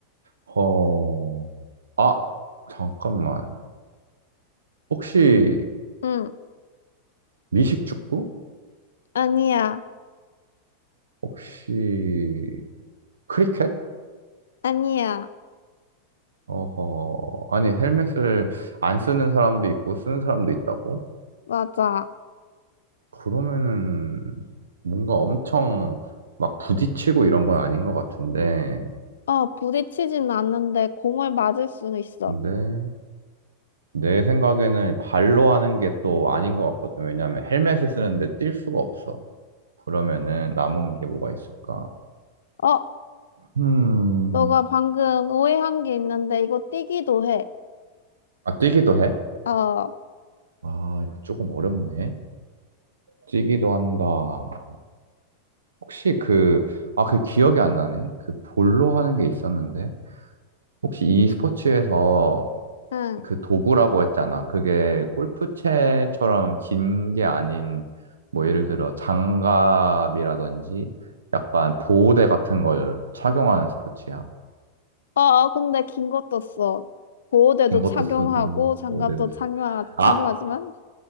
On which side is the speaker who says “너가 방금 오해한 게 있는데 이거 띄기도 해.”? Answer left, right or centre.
Left